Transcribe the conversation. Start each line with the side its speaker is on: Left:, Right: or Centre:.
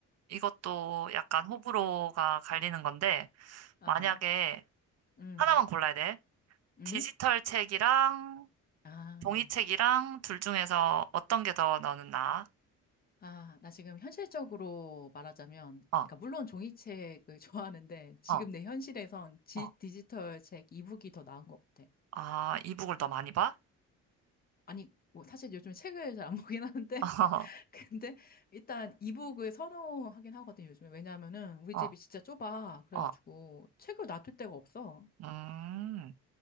Right: 이것도 약간 호불호가 갈리는 건데,
Left: 어,
Right: 만약에
Left: 음,
Right: 하나만 골라야 돼.
Left: 음?
Right: 디지털 책이랑
Left: 아,
Right: 종이 책이랑 둘 중에서 어떤 게 더 너는 나아? 어.
Left: 아, 나 지금 현실적으로 말하자면,
Right: 어,
Left: 그러니까 물론 종이책을 <laughs> 좋아하는데, 지금
Right: 어,
Left: 내 현실에선 지,
Right: 어.
Left: 디지털 책 이북이 더 나은 것 같아.
Right: 아, 이북을 더 많이 봐?
Left: 아니, 뭐 사실 요즘 책을 잘 안 보긴 하는데,
Right: <laughs>
Left: <laughs> 근데 일단 이북을 선호하긴 하거든요, 요즘에. 왜냐하면은 우리
Right: 어,
Left: 집이 진짜 좁아. 그래가지고
Right: 어. 어.
Left: 책을 놔둘 데가 없어.
Right: 음,